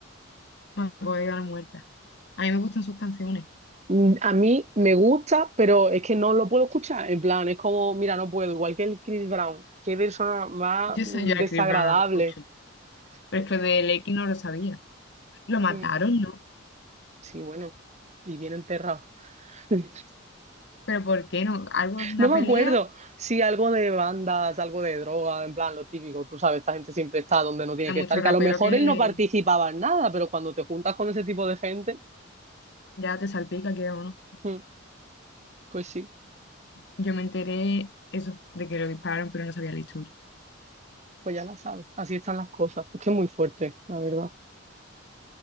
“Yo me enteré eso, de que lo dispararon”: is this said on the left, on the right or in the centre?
Left